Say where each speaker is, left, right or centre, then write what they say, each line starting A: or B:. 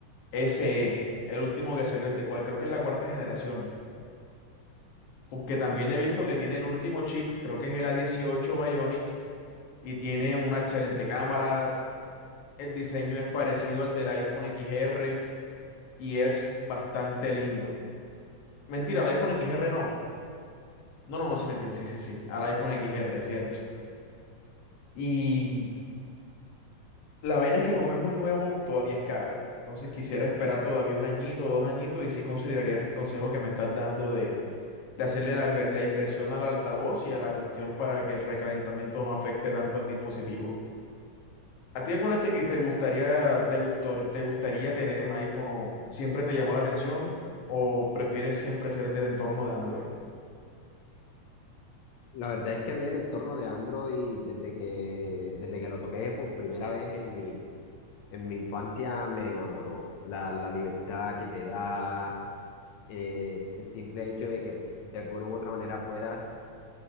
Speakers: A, on the left; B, on the left.
A: SE, el último que salió, el de cual creo que es la cuarta generación. Porque también he visto que tiene el último chip, creo que es el A18 Bionic y tiene una excelente cámara. El diseño es parecido al del iPhone X R y es bastante lindo. Mentira, al iPhone XR no. No, no, no, sí, mentira, sí, sí, sí. Al iPhone XR, cierto. Y la vaina es que como es muy nuevo, todavía es caro. Entonces quisiera esperar todavía un añito o dos añitos y sí consideraría el consejo que me estás dando de, de hacerle la, inver- la inversión al altavoz y a la cuestión para que el recalentamiento no afecte tanto al dispositivo. ¿A ti alguna vez te, que te gustaría, te gustó, te gustaría tener un iPhone o siempre te llamó la atención o prefieres siempre ser del entorno de Android?
B: La verdad es que a mí el entorno de Android, desde que, desde que lo toqué por primera vez en mi, en mi infancia, me enamoró. La, la libertad que te da, eh, el simple hecho de que de alguna u otra manera puedas